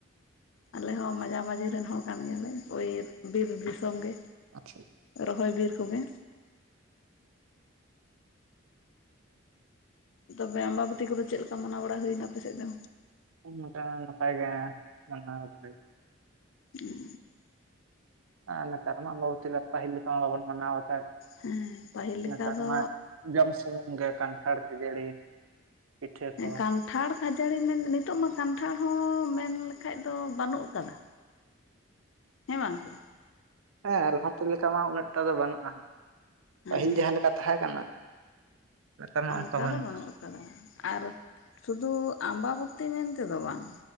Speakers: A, on the left; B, on the right.
A: ᱟᱞᱮ ᱦᱚᱸ ᱢᱟᱡᱷᱟᱼᱢᱟᱹᱡᱷᱤ ᱨᱮᱱ ᱦᱚᱲ ᱠᱟᱱ ᱜᱮᱭᱟᱞᱮ ᱳᱭᱻ ᱵᱤᱨ ᱫᱤᱥᱚᱢ ᱜᱮ᱾
B: ᱟᱪᱪᱷᱚᱭ᱾
A: ᱨᱚᱦᱚᱭ ᱵᱤᱨ ᱠᱚᱜᱮ᱾ ᱛᱚᱵᱮ ᱟᱢᱵᱟᱵᱟᱹᱛᱤ ᱠᱚᱫᱚ ᱪᱮᱜ ᱞᱮᱠᱟ ᱢᱟᱱᱟᱣ ᱵᱟᱲᱟ ᱦᱩᱭ ᱱᱟ ᱟᱯᱮ ᱥᱮᱜ ᱫᱚ?
B: ᱦᱚᱸ ᱱᱚᱠᱟ‌ ᱱᱟᱯᱟᱭ ‌ᱜᱮ ᱢᱟᱱᱟᱶ ᱦᱚᱭᱼᱼ
A: ᱩᱸᱻ᱾
B: ᱟᱸᱻᱱᱮᱛᱟᱨ ᱢᱟ ᱟᱢᱵᱟᱵᱚᱛᱤ ᱯᱟᱹᱦᱤᱞ ᱞᱮᱠᱟ‌ ᱢᱟ ᱵᱟᱵᱚᱱ ᱢᱟᱱᱟᱶ ᱵᱟᱛᱟᱣᱮᱜ
A: ᱦᱮᱸ
B: ᱾
A: ᱯᱟᱹᱦᱤᱞ ᱞᱮᱠᱟ
B: ᱱᱮᱛᱟᱨ
A: ᱫᱚ
B: ᱢᱟ ᱡᱚᱢ ᱥᱩᱢᱩᱝ ᱜᱮ ᱠᱟᱱᱴᱷᱟᱲ ᱠᱷᱟᱹᱡᱟᱹᱲᱤ᱾ ᱯᱤᱴᱷᱟᱹ ᱠᱚ
A: ᱮᱸᱜ ᱠᱟᱱᱴᱷᱟᱲ ᱠᱷᱟᱡᱟᱹᱲᱤ ᱢᱮᱱ ᱱᱤᱛᱚᱜ ᱢᱟ ᱠᱟᱱᱴᱷᱟᱲ ᱦᱚᱸ ᱢᱮᱱ ᱞᱮᱠᱷᱟᱡ ᱫᱚ ᱵᱟᱱᱩᱜ ᱠᱟᱫᱟ᱾ ᱦᱮᱸ ᱵᱟᱝ ᱥᱮ ᱾
B: ᱦᱮᱸ ᱞᱟᱦᱟ ᱛᱮ ᱞᱮᱠᱟ ᱢᱟ ᱩᱱᱟᱹᱜ ᱴᱟ ᱫᱚ ᱵᱟᱱᱩᱜ-ᱟ
A: ᱦᱮᱸ
B: ᱯᱟᱹᱦᱤᱞ ᱡᱟᱦᱟᱸ ᱞᱮᱠᱟ ᱛᱟᱦᱮᱸ ᱠᱟᱱᱟ᱾ ᱱᱮᱛᱟᱨ ᱢᱟ
A: ᱚᱱᱠᱟ
B: ᱵᱟᱹᱱᱩᱜᱼᱟ
A: ᱫᱚ ᱵᱟᱱᱩᱜ ᱟᱠᱟᱫᱟ ᱟᱨ ᱥᱩᱫᱩ ᱟᱢᱵᱟᱵᱚᱛᱤ ᱢᱮᱱ ᱛᱮᱫᱚ ᱵᱟᱝ᱾